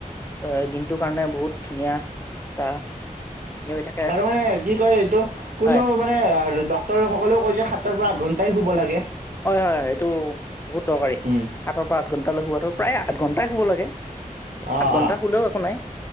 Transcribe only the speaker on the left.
এ দিনটোৰ কাৰণে বহুত ধুনীয়া। এটা ই হৈ থাকে
হয়
হয়, হয়, হয়, এইটো বহুত দৰকাৰী।
সাতৰ পৰা আঠ ঘন্টালৈ শুৱাটো। প্ৰায় আঠ ঘন্টাই শুব লাগে। কিন্তু
সাত ঘন্টা
শুলেও একো নাই